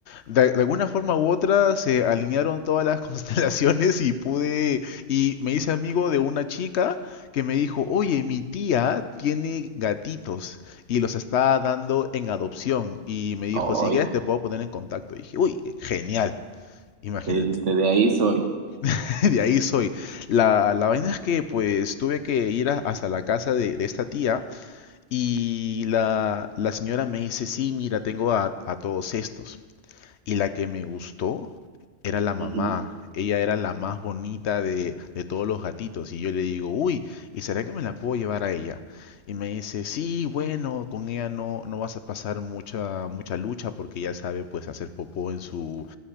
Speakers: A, on the left (about 70°); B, on the right (about 80°).
A: De, de alguna forma u otra se alinearon todas las <laughs> constelaciones y pude, y me hice amigo de una chica que me dijo, oye, mi tía tiene gatitos y los está dando en adopción. Y me dijo,
B: Hoy,
A: si quieres te puedo poner en contacto. Y dije, uy, genial. Imagínate,
B: le dijiste, de ahí soy.
A: <laughs> de ahí soy. La, la vaina es que pues tuve que ir a- hasta la casa de, de esta tía y la, la señora me dice, sí, mira, tengo a, a todos estos. Y la que me gustó era la mamá.
B: Ujú.
A: Ella era la más bonita de, de todos los gatitos. Y yo le digo, uy, ¿y será que me la puedo llevar a ella? Y me dice, sí, bueno, con ella no, no vas a pasar mucha, mucha lucha porque ella sabe pues hacer popó en su,